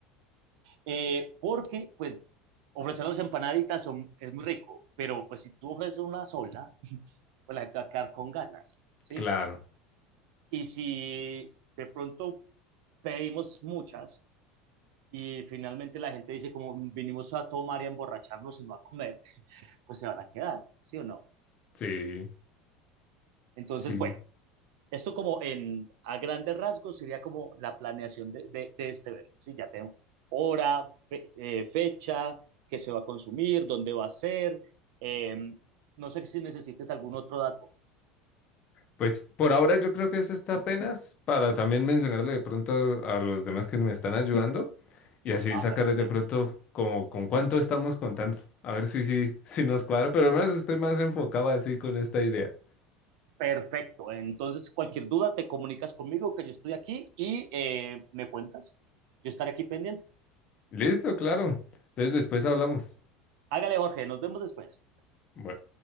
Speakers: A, on the right; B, on the left.
A: Eh, porque, pues, ofrecer las empanaditas son, es muy rico, pero pues si tú ofreces una sola, <laughs> pues la gente va a quedar con ganas, ¿sí?
B: Claro,
A: Y si de pronto pedimos muchas y finalmente la gente dice como vinimos a tomar y a emborracharnos y no a comer, pues se van a quedar, ¿sí o no?
B: sí.
A: Entonces,
B: Sí,
A: bueno, esto como en, a grandes rasgos sería como la planeación de, de, de este evento, ¿sí? Ya tenemos hora, fe, eh, fecha, qué se va a consumir, dónde va a ser. Eh, no sé si necesites algún otro dato.
B: Pues por ahora yo creo que eso está apenas para también mencionarle de pronto a los demás que me están ayudando y así
A: Ah,
B: sacarles
A: perfecto.
B: de pronto como con cuánto estamos contando. A ver si, si, si nos cuadra, pero al menos estoy más enfocado así con esta idea.
A: Perfecto. Entonces, cualquier duda, te comunicas conmigo, que yo estoy aquí y eh, me cuentas. Yo estaré aquí pendiente.
B: Listo, claro. Entonces después hablamos.
A: Hágale, Jorge, nos vemos después.
B: Bueno.